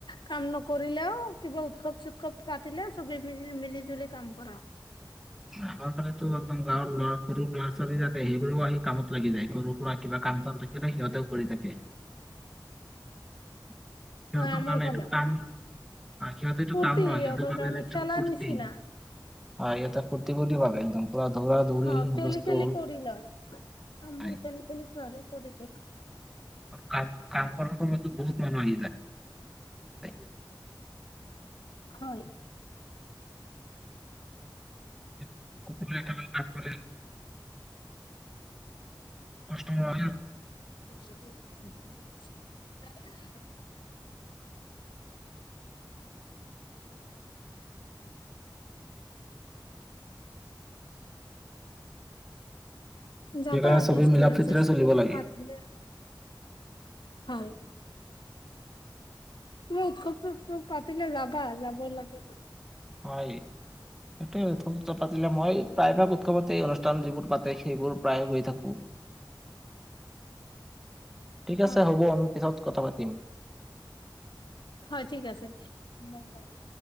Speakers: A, on the left; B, in the centre.
A: কাম নকৰিলেও কিবা উৎসৱ- চুৎসৱ পাতিলে চবেই মিলি মিলি-জুলি কাম কৰা হয়।
B: আমাৰ ফালেতো একদম গাঁৱৰ ল'ৰা সৰু ল'ৰা ছোৱালী তাতে হেৰি কৰিব আহি কামত লাগি যায়, সৰু সুৰা কিবা কামচাম থাকিলে সিহঁতেও, কৰি থাকে। সিহঁতৰ
A: হয়, আমাৰ
B: কামে
A: ফালেও
B: এইটো কাম। অ', সিহঁতে এইটো
A: ফূৰ্তি
B: কাম নহয়,
A: সিহঁতৰ
B: সিহঁতে ভাবে
A: কাৰণে
B: এইটো
A: খেলাৰ
B: ফূৰ্তি।
A: নিচিনা
B: হয় সিহঁতে ফূৰ্তি বুলি ভাবে একদম। পুৰা দৌৰা দৌৰি
A: হ,
B: হুলস্থুল
A: খেলি খেলি কৰি লয়, কামবোৰ
B: হয়,
A: খেলি খেলি কৰি থাকে।
B: আৰু কাম কাম কৰাৰ সময়তো। বহুত মানুহ আহি যায়।
A: হয়।
B: <unintelligible> কাষ্টমাৰ আহিল?
A: <unintelligible> <inaudible> যাবা
B: সেইকাৰণে চবেই
A: ফেষ্টিভেল
B: মিলা প্ৰীতিৰে
A: চেষ্টিভেল
B: চলিব লাগে
A: পাতিলে, হয়। তুমি উৎসৱ চুৎসৱ পাতিলে যাবা, যাব লাগে।
B: হয়, এইটোৱে উৎসৱ চুৎসৱ পাতিলে মই প্ৰায়ভাগ উৎসৱতেই অনুষ্ঠান যিবোৰ পাতে সেইবোৰ প্ৰায়ে গৈ থাকো। ঠিক
A: হয়
B: আছে, হ'ব আমি পিছত কথা পাতিম।
A: হয়, ঠিক আছে। মবাইল